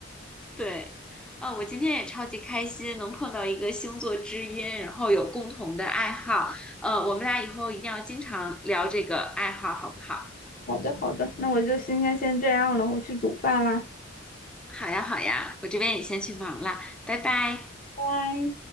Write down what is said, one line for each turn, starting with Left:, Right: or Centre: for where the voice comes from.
Centre: 对，啊，我今天也超级开心，能碰到一个星座知音，然后有共同的爱好。呃，我们俩以后一定要经常聊这个爱好，好不好？
Left: 好的，好的，那我就今天先这样了，我去煮饭啦，
Centre: 好呀，好呀，我这边也先去忙了，拜拜。
Left: 拜拜。